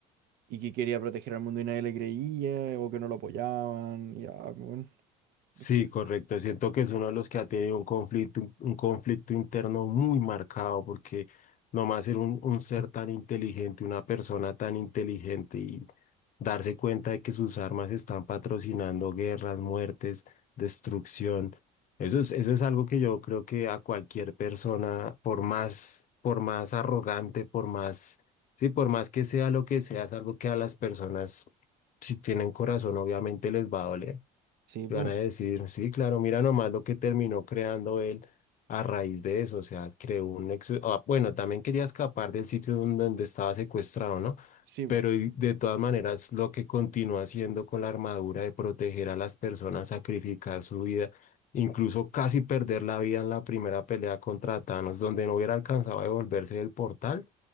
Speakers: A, on the right; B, on the left.
A: y que quería proteger al mundo y nadie le creía, o que no lo apoyaban, y ah, bueno,
B: Sí,
A: después,
B: correcto. Siento que es uno de los que ha tenido un conflicto, un conflicto interno muy marcado, porque nomás ser un, un ser tan inteligente, una persona tan inteligente y darse cuenta de que sus armas están patrocinando guerras, muertes, destrucción. Eso es, eso es algo que yo creo que a cualquier persona, por más, por más arrogante, por más, sí, por más que sea lo que sea, es algo que a las personas, si tienen corazón, obviamente les va a doler.
A: sí,
B: Y
A: pues,
B: van a decir, sí, claro, mira nomás lo que terminó creando él a raíz de eso, o sea, creó un nexo, ah, bueno, también quería escapar del sitio donde donde estaba secuestrado, ¿no?
A: sí, pues,
B: Pero y- de todas maneras, lo que continúa haciendo con la armadura de proteger a las personas, sacrificar su vida, incluso casi perder la vida en la primera pelea contra Thanos, donde no hubiera alcanzado a devolverse del portal,